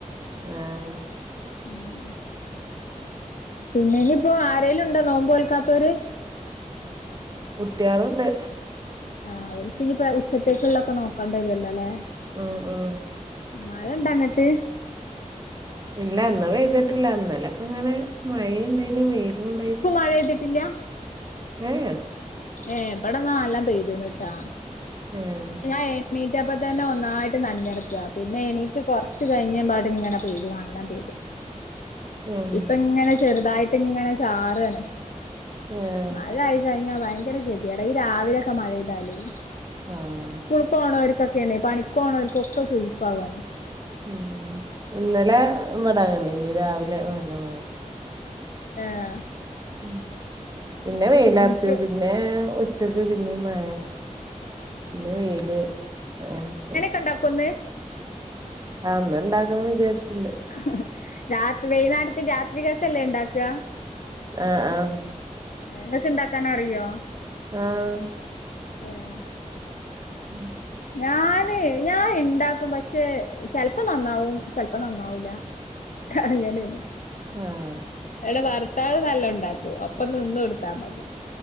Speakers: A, on the right; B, on the left.
A: ഏഹ്
B: ഉം പിന്നെഞ്ഞിപ്പോ ആരെലുണ്ടോ നോമ്പോൽക്കാത്തോര്
A: കുട്ട്യേള്ണ്ട്
B: ആഹ് ഓൽക്ഞ്ഞിപ്പൊ ഉച്ചക്കെക്ള്ളൊക്കെ നോക്കണ്ടേരുല്ലോല്ലേ
A: ഉം ഉം
B: മഴണ്ടങ്കട്ട്
A: ഇല്ലന്ന് പൈത്ട്ടില്ല ഇന്നേലൊക്കങ്ങനെ മഴെണ്ടായിന് വൈലുണ്ടായിന്
B: മഴെത്ട്ടില്ല
A: ഏഹ്
B: ഏഹ് ബടന്നാ അല്ലാം പൈത്ന്ട്ടാ
A: ഏഹ്
B: ഞാ എണീറ്റപ്പതന്നെ ഒന്നായിട്ട് നൻഞ്ഞടക്ക പിന്നെ എണീറ്റ് കൊർച്ച് കഴിഞ്ഞെപാട് ങ്ങനെ പെയ്തു കാൺ ല്ലാം പൈതു
A: ഏഹ്
B: ഇപ്പങ്ങനെ ചെറ്തായിട്ട് ങ്ങനെ ചാറ് അണ്
A: ഏഹ്
B: മഴായി കൈഞ്ഞ ഭയങ്കര കെതെയ്ട ഈ രാവിലൊക്കെ മഴെയ്താലൈ
A: ആഹ്
B: ക്കൂൾക്കോണര്ക്കൊക്കെണ്യ പണിക്കോണോര്ക്കൊക്കെ സൂയിപ്പാവാണ്
A: ഉം ഇന്നലെ ബ്ടന്നി <unintelligible> ങ്ങണ രാവ്ലെ നല്ല മഴ്
B: ആഹ്
A: ഉം പിന്നെ വെയിലെർച്
B: എന്നിട്ട്
A: പിന്നെ ഉച്ചക്ക് പിന്നിം മഴ പിന്നെ വൈല് അ ത്
B: കണ്ടൊക്കൊന്ന്
A: ആഹ് ഇന്ന് ഇണ്ടാക്കം വിജാര്ച്ച്ട്ട്ണ്ട്
B: <unintelligible> രാത് വൈന്നേരത് രാത്രികക്കല്ലേ ണ്ടാക്അ
A: ആഹ് ആഹ്
B: എയേ ഇങ്ങക്ണ്ടാക്കാനറിയോ?
A: ആഹ്
B: ഏഹ്
A: ഉം
B: ഞാന് ഞാൻ ഉണ്ടാക്കും പക്ഷേ ചിലപ്പോ നന്നാവും ചിലപ്പോ നന്നാവൂല <unintelligible> അങ്ങനെയാണ്
A: ആഹ്
B: അവരുടെ ഭർത്താവ് നല്ല ഉണ്ടാക്കും ഒപ്പം നിന്ന് കൊടുത്താൽ മതി